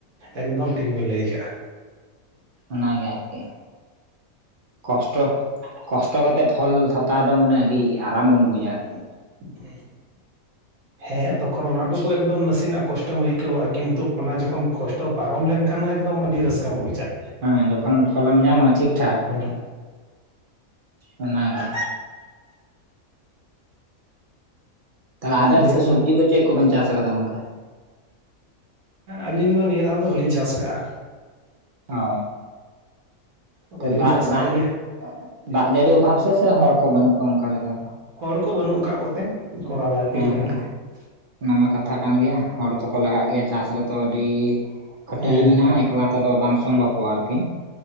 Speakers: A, on the right (about 80°); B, on the right (about 50°).
A: ᱮᱠᱫᱚᱢ ᱴᱷᱤᱠ ᱵᱮᱱ ᱞᱟᱹᱭ ᱠᱟᱜᱼᱟ᱾
B: ᱚᱱᱟᱜᱮ ᱟᱨᱠᱤ᱾ ᱠᱚᱥᱴᱚ ᱠᱚᱥᱴᱚ ᱠᱟᱛᱮᱜ ᱯᱷᱚᱞ ᱦᱟᱛᱟᱣ ᱫᱚ ᱢᱟᱱᱮ ᱟᱹᱰᱤ ᱟᱨᱟᱢ ᱵᱮᱢ ᱵᱩᱡᱟ ᱟᱨᱠᱤ᱾
A: ᱦᱩᱸ᱾ ᱦᱮᱸ ᱛᱚᱠᱷᱚᱱ ᱚᱱᱟ ᱴᱩᱠᱩ ᱮᱠᱫᱚᱢ ᱱᱟᱥᱮᱱᱟᱜ ᱠᱚᱥᱴᱚᱢ ᱟᱹᱭᱠᱟᱹᱣᱟ ᱠᱤᱱᱛᱩ ᱚᱱᱟ ᱡᱚᱠᱷᱚᱱ ᱠᱚᱥ ᱴᱚ ᱯᱟᱨᱚᱢ ᱞᱮᱱᱠᱷᱟᱱ ᱦᱚᱸ ᱮᱠᱫᱚᱢ ᱟᱹᱰᱤ ᱨᱟᱹᱥᱠᱟᱹᱢ ᱵᱩᱡᱟ᱾
B: ᱦᱮᱸ ᱡᱚᱠᱷᱚᱱ ᱯᱷᱚᱞᱮᱢ ᱧᱟᱢᱟ ᱴᱷᱤᱠ ᱴᱷᱟᱠ
A: ᱦᱮᱸ
B: ᱚᱱᱟᱜᱮ᱾ ᱛᱟᱦᱚᱞᱮ ᱟᱵᱮᱱ
A: ᱫᱤᱭᱮ
B: ᱥᱮᱫ ᱥᱚᱵᱽᱡᱤ ᱠᱚ ᱪᱮᱫ ᱠᱚᱵᱮᱱ ᱪᱟᱥ ᱠᱟᱫᱟ ᱜᱚᱝᱠᱮ?
A: ᱟᱹᱞᱤᱧ ᱫᱚ ᱱᱤᱭᱟᱹ ᱫᱷᱟᱣ ᱫᱚ ᱵᱟᱹᱞᱤᱧ ᱪᱟᱥ ᱠᱟᱜᱼᱟ᱾
B: ᱚ
A: ᱵᱟᱹᱞᱤᱧ
B: ᱛᱚ ᱫᱟᱜ
A: ᱪᱟᱥ
B: ᱫᱟᱜ
A: ᱠᱟᱜ ᱜᱮᱭᱟ
B: ᱫᱟᱜ ᱡᱟᱹᱲᱤ ᱚᱵᱷᱟᱵ ᱥᱮ ᱥᱮ ᱦᱚᱲ ᱠᱚ ᱵᱟᱹᱱᱩᱜ ᱠᱚᱣᱟ ᱚᱱᱠᱟ ᱞᱮᱠᱟ ᱠᱚ
A: ᱦᱚᱲ ᱠᱚ ᱵᱟᱹᱱᱩᱜ ᱠᱟᱜ ᱠᱚᱛᱮ ᱠᱚᱨᱟᱣ ᱵᱟᱭ ᱦᱩᱭ
B: ᱦᱮᱸ
A: ᱠᱟᱱᱟ᱾
B: ᱦᱮᱸ ᱚᱱᱟ ᱢᱟ ᱠᱟᱛᱷᱟ ᱠᱟᱱ ᱜᱮᱭᱟ ᱦᱚᱲ ᱛᱚᱠᱚ ᱞᱟᱜᱟᱜ ᱜᱮᱭᱟ, ᱪᱟᱥ ᱨᱮᱛᱚ ᱟᱹᱰᱤ ᱠᱷᱟᱹᱴᱟᱹᱞᱤ
A: ᱦᱮᱸ
B: ᱢᱮᱱᱟᱜᱼᱟ, ᱮᱠᱞᱟ ᱛᱮᱫᱚ ᱵᱟᱝ ᱥᱚᱢᱵᱷᱚᱵᱚᱜᱼᱟ ᱟᱨᱠᱤ᱾